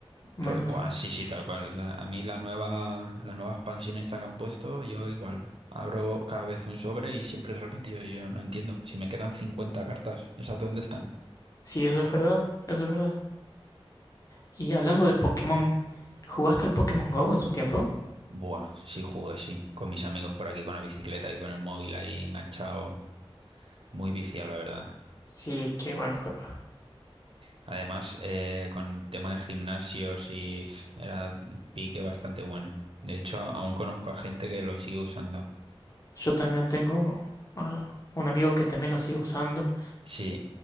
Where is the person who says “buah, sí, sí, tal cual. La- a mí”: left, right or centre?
Right